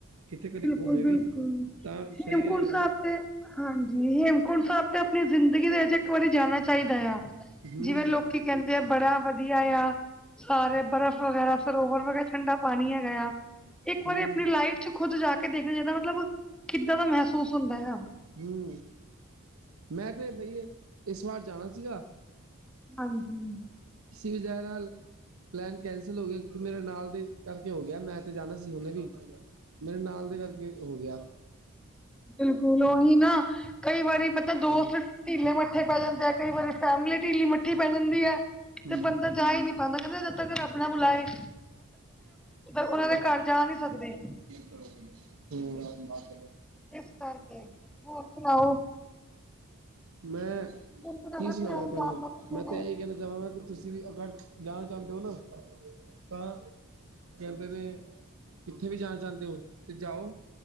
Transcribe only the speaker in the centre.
ਬਿਲਕੁਲ
ਬਿਲਕੁਲ
ਹੇਮਕੁੰਟ
ਸਾਹਿਬ ਤੇ ਹਾਂਜੀ ਹੇਮਕੁੰਟ ਸਾਹਿਬ ਤੇ, ਆਪਣੀ ਜ਼ਿੰਦਗੀ ਦੇ ਵਿੱਚ ਇੱਕ ਵਾਰੀ ਜਾਣਾ ਚਾਹੀਦਾ ਆ।
ਜਿਵੇਂ ਲੋਕੀ ਕਹਿੰਦੇ ਆ, ਬੜਾ ਵਧੀਆ ਆ। ਸਾਰੇ ਬਰਫ਼ ਵਗੈਰਾ, ਸਰੋਵਰ ਮੈ ਕਿਆ ਠੰਡਾ ਪਾਣੀ ਹੈਗਾ ਆ। ਇੱਕ ਵਾਰੀ
ਆਪਣੀ ਲਾਈਫ ਚ ਖੁੱਦ ਜਾ ਕੇ ਦੇਖਣਾ ਚਾਹੀਦਾ ਮਤਲਬ, ਕਿੱਦਾਂ ਦਾ ਮਹਿਸੂਸ ਹੁੰਦਾ ਆ?
ਹਾਂਜੀ।
ਬਿਲਕੁਲ, ਉਹੀ ਨਾ ਕਈ ਵਾਰੀ ਪਤਾ ਦੋਸਤ
ਢੀਲੇ ਮੱਠੇ ਪੈ ਜਾਂਦੇ ਆ, ਕਈ ਵਾਰੀ ਫੈਮਲੀ ਢੀਲੀ ਮੱਠੀ ਪੈ ਜਾਂਦੀ ਹੈ।
ਤੇ ਬੰਦਾ ਜਾ ਹੀ ਨਹੀਂ ਪਾਉਂਦਾ ਕਹਿੰਦਾ, ਜਦੋ ਤਕ ਰਬ ਨਾ ਬੁਲਾਏ। ਉਹਨਾਂ ਦੇ ਘਰ ਜਾ ਨਹੀਂ ਸਕਦੇ।
ਇਸ ਕਰਕੇ, ਹੋਰ ਸੁਣਾਓ?
ਹੁਣ ਬਣਾਣਾ
ਪਲਾਨ
ਜਾਣ ਦਾ ਕਿਤੇ
ਨੇ